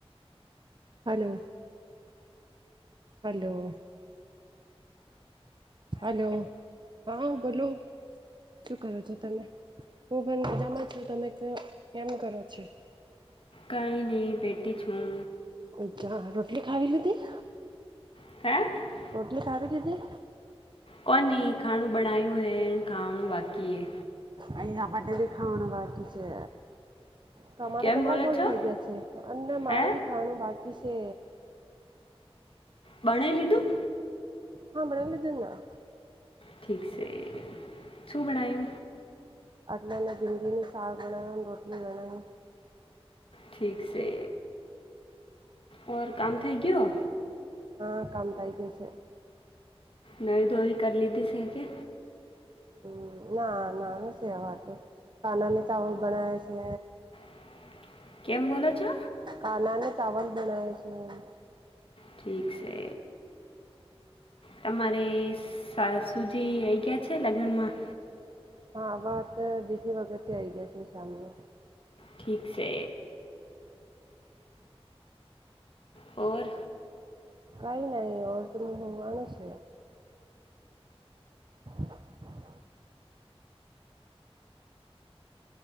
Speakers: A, on the right (about 45°); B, on the left (about 60°).
A: હલો હલોો હલો હા બોલો શું કરો છો તમે હું પણ મજામાં છું તમે કેમ કરો છે
B: કાં નહી ભેટ્ટી છું
A: અચ્છા રોટલી ખાવીલીીધી
B: હે
A: રોટલી ખાવી દીધી
B: કોનેહી ખાણું બણાયું હૈ ખાવાણું બાકી એ
A: અહીયા ભાડે ભ ખણ બાકી છે તો અમારે
B: કેમ
A: કચરા
B: બોલો
A: ખોલ
B: છો
A: થઈ ગયા છે અને મારે
B: હે
A: બી ખાનું બાકી છે
B: બણાઈ લીધું
A: હા બરા લ દ ના
B: ઠીક છે શું બનાાય
A: આટલા અને ભિંડીને સાવ વણાય અને રોટલી ઘણાાય
B: ઠીક છે ઓ કામ થ ગયો
A: હા કામ થાય ગ છે
B: નવી ધોવી કરી લીધી છે કે
A: હ ના ના ન સવાતું કાના ને ચાવલ બનાવે છે
B: <inaudible> કેમ બોલો છો
A: કાના ને ચાવલ બનાવે છે એમ
B: ઠીક છે તમારે સૂજી આવી ગયા છે લગ્નમાં
A: હા વાત બીજી વખતે આ આવી ગયા છે શમને
B: ઠીક છે હોર
A: કાઈ નહી ઓળતરું હું માનું છ <inaudible>